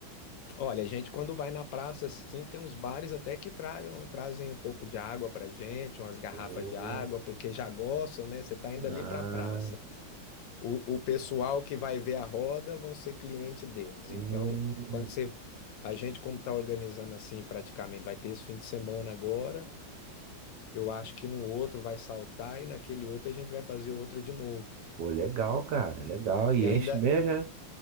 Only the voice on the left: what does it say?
Olha, a gente quando vai na praça assim, tem uns bares até que tragam, trazem um pouco de água pra gente, umas garrafas
de água, porque já gostam, né? Você tá indo
ali pra praça. O, o pessoal que vai ver a roda vão ser cliente deles.
Então, quando você, a gente como tá organizando assim, praticamente vai ter esse fim de semana agora, eu acho que no outro vai saltar e naquele outro a gente vai fazer outra de novo.
E ainda